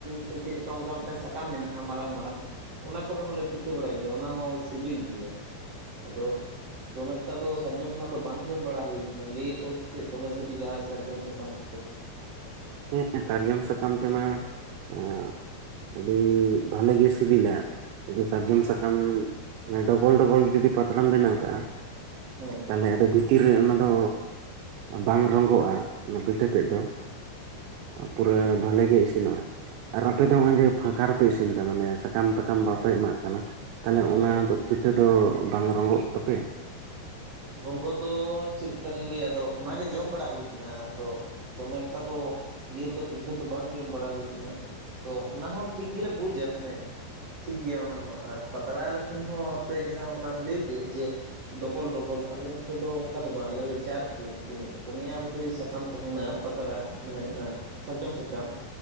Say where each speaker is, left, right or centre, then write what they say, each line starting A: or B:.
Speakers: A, on the right (about 55°); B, on the right (about 85°).
A: ᱥᱮ ᱪᱮᱫ ᱚᱱᱠᱟ ᱢᱤᱫᱴᱟᱝ ᱥᱟ ᱥᱟᱠᱟᱢ ᱢᱮᱱᱟᱜᱼᱟ ᱢᱟᱨᱟᱝ ᱢᱟᱨᱟᱝ ᱚᱱᱟ ᱠᱚᱨᱮ ᱦᱚᱸᱞᱮ ᱯᱤᱴᱷᱟᱹ ᱵᱟᱲᱟᱭ ᱜᱮᱭᱟ ᱚᱱᱟ ᱦᱚᱸᱥᱤᱵᱤᱞ ᱜᱮᱭᱟ। ᱟᱫᱚᱜ ᱫᱚᱢᱮ ᱮᱠᱴᱟ ᱫᱚ ᱥᱟᱨᱡᱚᱢ ᱨᱮᱱᱟᱜ ᱫᱚ ᱵᱟᱝ ᱡᱚᱢ ᱵᱟᱲᱟ ᱦᱩᱭ ᱠᱟᱱᱟ ᱞᱟᱹᱭᱟᱠᱚ ᱥᱮᱪᱮᱫ ᱫᱚᱢᱮ ᱥᱤᱵᱤᱞᱟ ᱥᱟᱨᱡᱚᱢ ᱥᱟᱠᱟᱢ ᱨᱮᱫᱚ।
B: ᱦᱮᱸ ᱥᱟᱨᱡᱚᱢ ᱥᱟᱠᱟᱢ ᱛᱮᱢᱟ ᱩᱸᱜ ᱟᱹᱰᱤ ᱵᱷᱟᱞᱤ ᱜᱮ ᱥᱤᱵᱤᱞᱟ। ᱡᱩᱫᱤ ᱥᱟᱨᱡᱚᱢ ᱥᱟᱠᱟᱢ ᱰᱚᱵᱚᱞ ᱰᱚᱵᱚᱞ ᱡᱩᱫᱤ ᱯᱟᱛᱲᱟᱢ ᱵᱮᱱᱟᱣ ᱠᱟᱜᱼᱟ
A: ᱦᱩᱸ᱾
B: ᱛᱟᱦᱚᱞᱮ ᱟᱫᱚ ᱵᱷᱤᱛᱤᱨ ᱨᱮ ᱚᱱᱟ ᱫᱚ ᱵᱟᱝ ᱨᱚᱸᱜᱚᱜᱼᱟ ᱚᱱᱟ ᱯᱤᱴᱷᱟᱹ ᱛᱮᱫ ᱫᱚ। ᱟ ᱯᱩᱨᱟᱹ
A: ᱦᱮᱸ
B: ᱵᱷᱟᱞᱮ ᱜᱮ ᱤᱥᱤᱱᱚᱜᱼᱟ। ᱟᱨ ᱟᱯᱮ ᱫᱚ ᱱᱚᱸᱜᱼᱚᱭ ᱡᱮ ᱯᱷᱟᱸᱠᱟ ᱨᱮᱯᱮ ᱤᱥᱤᱱ ᱫᱟ ᱢᱟᱱᱮ ᱥᱟᱠᱟᱢ ᱛᱟᱠᱟᱢ ᱵᱟᱯᱮ ᱮᱢᱟᱜ ᱠᱟᱱᱟ ᱛᱟᱦᱚᱞᱮ
A: ᱦᱮᱸ
B: ᱚᱱᱟ ᱫᱚ ᱯᱤᱴᱷᱟᱹ ᱫᱚ ᱵᱟᱝ ᱨᱚᱸᱜᱚᱜ ᱛᱟᱯᱮᱭᱟ?
A: ᱨᱚᱝᱜᱚ ᱫᱚ ᱪᱮᱫ ᱞᱮᱠᱟ ᱞᱮ ᱞᱟᱹᱭᱟ ᱟᱫᱚ ᱚᱱᱟᱜᱮ ᱡᱚᱢ ᱵᱟᱲᱟ ᱦᱩᱭᱩ ᱠᱟᱱᱟ, ᱟᱫᱚ ᱫᱚᱢᱮ ᱮᱠᱴᱟ ᱫᱚ ᱤᱭᱟᱹ ᱨᱮᱫᱚ ᱯᱤᱴᱷᱟ ᱫᱚ ᱵᱟᱝ ᱡᱚᱢ ᱵᱟᱲᱟ ᱦᱩᱭ ᱠᱟᱱᱟ। ᱛᱚ ᱚᱱᱟ ᱦᱚᱸ ᱴᱷᱤᱠ ᱜᱮᱞᱮ ᱵᱩᱡᱟ ᱢᱟᱱᱮ ᱴᱷᱤᱠ ᱜᱮᱭᱟ ᱚᱱᱟ ᱦᱚᱸ ᱟᱨ ᱯᱟᱛᱲᱟ ᱞᱮᱠᱷᱟᱱ ᱦᱚᱸ ᱟᱯᱮ ᱡᱟᱦᱟᱸ ᱚᱱᱟᱢ ᱞᱟᱹᱭ ᱠᱮᱫ ᱡᱮ ᱰᱚᱵᱚᱞ ᱰᱚᱵᱚᱞ ᱟᱞᱮ ᱱᱚᱛᱮ ᱫᱚ ᱚᱱᱠᱟ ᱫᱚ ᱵᱟᱝ ᱟᱞᱮ ᱫᱚ ᱪᱟᱨ ᱠᱩᱱ ᱛᱤᱱᱟᱹᱜ ᱯᱩᱱᱭᱟ ᱵᱩᱫᱷᱚᱭ ᱥᱟᱠᱟᱢ ᱛᱟᱦᱮᱸᱱᱟ ᱯᱟᱛᱲᱟ ᱢᱟᱱᱮ ᱚᱱᱟ ᱥᱟᱨᱡᱚᱢ ᱥᱟᱠᱟᱢ